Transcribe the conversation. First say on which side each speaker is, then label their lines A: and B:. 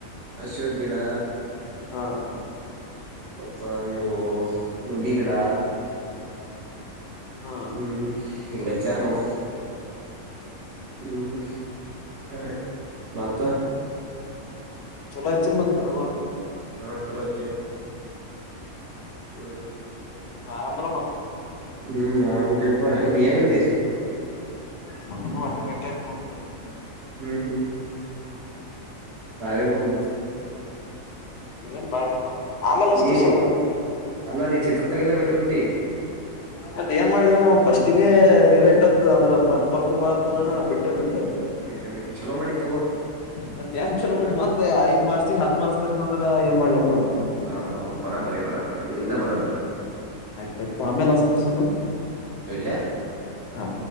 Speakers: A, on the right; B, on the left.
A: ಅಶೋಕ್ ಗಿಡ
B: ಹಾ
A: ಮತ್ತ ಇವು ನುಗ್ಗಿ ಗಿಡ
B: ಹಾ
A: ಹ್ಮ್ ಹಿಂಗಚ್ಯಾರ ನೋಡ ಹ್ಮ್ ಕರೆ ಮತ್ತ
B: ಚಲೋ ಅಚಿರ ಮತ್ತ ಕೆಡಗಳ.
A: ಹಾ ಚಲೋ ಹಚ್ಚಿ ಹ್ಮ್.
B: ಬೇಸಾಗಿ ಆರಾಮ ಇದೀರಿ ಅಲ್ಲ ಮತ್ತ.
A: ಹ್ಮ್ ಆರಾಮದಿವಪ್ಪಾ ಹೆಂಗ ನೀ ಹೆಂಗದಿ.
B: ನಾನು ಅಟ್ಟಕ್ಕ ಅಟ್ಟೆ ಇದೀವಿ ನೋಡಪಾ ಇಲ್ಲಿ.
A: ಹ್ಮ್ ಹ್ಮ್. ಬಾರಿ ಬಿಡ್ಡು ಮತ್ತೆ.
B: ಏನು ಬಾರೆಪ ಆಮೇಲೆ
A: ನೀ
B: ಅಚ್ಚತೇನೆ ಸುಮ್ ಇರು.
A: ಅಲ್ಲಾ ನೀ ಚಿತ್ರ ತೆಗೆದ ಬಿಟ್ಟ ಬಿಟ್ಟಿ
B: ಮತ್ತ ಏನ ಮಾಡ್ಲ ಹೇಳು ಫಸ್ಟಗೆ ರಿರೇಟ್ ಅಂತ ಅಂದ್ರ ಮತ್ ಬರ್ಕೊಂಬ ಅಂತಾನ ಅಣ್ಣ ಬಿಟ್ಟೆ ಬಿಟ್ಟೆವ.
A: ಬಿಟ್ಟ ಬಿಟ್ಟಿ ಚಲೋ ಮಾಡಿ ತಗೋ
B: ಮತ್ತೆ ಎಂಗಾ ಚಲೋ ಮಾಡದಿ ಮತ್ತೆ ಐದ ಮಾರ್ಕ್ಸ್ ಗೆ ಹತ್ತು ಮಾರ್ಕ್ಸ್ ತ. ನಾ ಅರಾ ಏನ್ ಮಾಡ್ಲಿಪ್ಪ ಅಂತ.
A: ಹೌದೌದು ಬರಾಬರಿ ಬರಾಬರಿ ನಿಂದ ಬರಾಬರಿ.
B: ಆಯ್ತ ತಗೋಪ್ಪ ಆಮೇಲೆ ಅಚ್ಚತಿನಿ ಸಂಗು.
A: ಹ
B: ಹಾ